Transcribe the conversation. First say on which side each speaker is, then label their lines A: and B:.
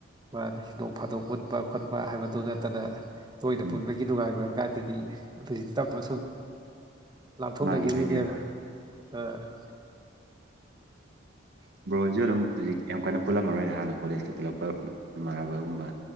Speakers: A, on the right; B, on the right.
A: ꯃꯥꯅꯤ ꯅꫭꯡ ꯐꯥꯗꯣꯛ ꯄꯨꯟꯕ ꯈꯣꯠꯄ ꯍꯥꯏꯕꯗꯨ ꯅꯠꯇꯅ ꯇꯣꯏꯅ
B: ꯎꯝ
A: ꯄꯨꯟꯕꯒꯤ ꯅꯨꯡꯉꯥꯏꯕ ꯀꯥꯏꯗꯗꯤ ꯍꯧꯖꯤꯛ ꯇꯥꯞ ꯇꯥꯞꯅ ꯁꯨꯝ ꯂꯥꯞꯊꯣꯛꯅꯈꯤꯔꯤꯅꯦꯕ
B: ꯃꯥꯡꯈꯤꯗꯣꯏꯅꯦꯕ
A: ꯍꯥꯢꯗꯤ
B: ꯕ꯭ꯔꯣꯁꯨ ꯑꯗꯨꯝ ꯍꯧꯖꯤꯛ ꯌꯥꯝ ꯀꯟꯅ ꯄꯨꯜꯂꯝꯃꯔꯣꯏꯗ ꯍꯥꯟꯅ ꯀꯣꯂꯦꯖꯇ ꯄꯨꯜꯂꯛꯄ ꯅꯃꯥꯟꯅꯕꯒꯨꯝꯕ